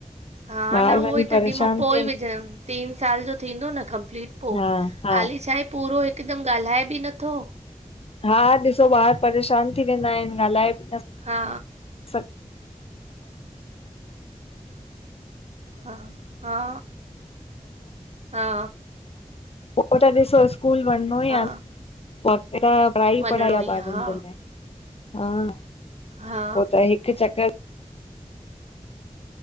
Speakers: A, on the right; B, on the left.
A: हा,
B: ॿार
A: न
B: वञी
A: उओई,
B: परेशान
A: तॾी मां पोई
B: थिए
A: विझंम। तीन साल जो थींदो न कम्प्लीट पो,
B: हा हा
A: हाली छाहे पूरो हिकदम ॻाल्हाए बी नथो।
B: हा हा, ॾिसो ॿार परेशान थी वेंदा आहिन, ॻाल्हाए बी न
A: हा
B: <unintelligible> <inaudible> <unintelligible>
A: हा हा हा
B: पो त ॾिसो स्कूल वनणो ई
A: हा
B: आ न, बाक़ी त पढ़ाई ई
A: वञिणो
B: पढ़ाई आ, ॿारन
A: आहे
B: जे लाइ, हा,
A: हा
B: पो त हिक चकर